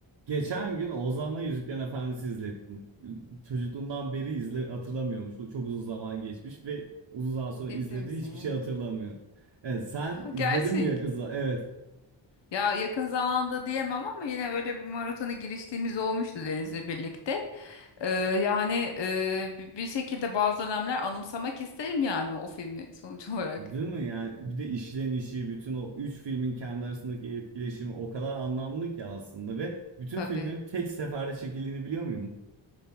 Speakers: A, on the right; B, on the left.
A: Geçen gün Ozan'la Yüzüklerin Efendisi izlettim. Çocukluğundan beri izle hatırlamıyormuş. O Çok uzun zaman geçmiş ve uzun zaman sonra
B: Ciddi
A: izlediği
B: misin
A: hiçbir şey
B: ya?
A: hatırlamıyor. Evet, sen
B: <laughs>
A: izledin
B: Gerçek.
A: mi Yakuza? Evet.
B: Ya yakın zamanda diyemem ama yine öyle bir maratona giriştiğimiz olmuştu Deniz'le birlikte. Ee, yani e, bi- bir şekilde bazı dönemler anımsamak isterim yani o filmi sonuç <laughs> olarak.
A: Değil mi yani? Bir de işlenişi, bütün o üç filmin kendi arasındaki etkileşimi o kadar anlamlı ki aslında ve bütün
B: Tabii.
A: filmlerin tek seferde çekildiğini biliyor muydun?